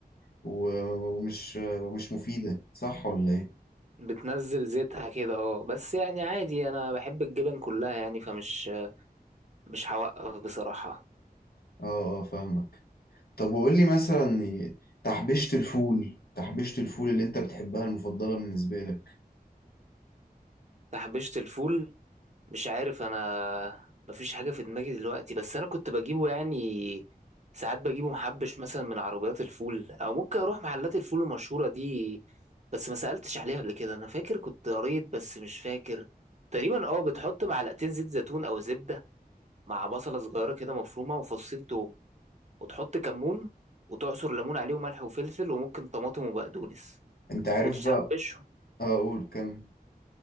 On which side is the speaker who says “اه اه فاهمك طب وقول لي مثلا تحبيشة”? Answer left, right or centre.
Left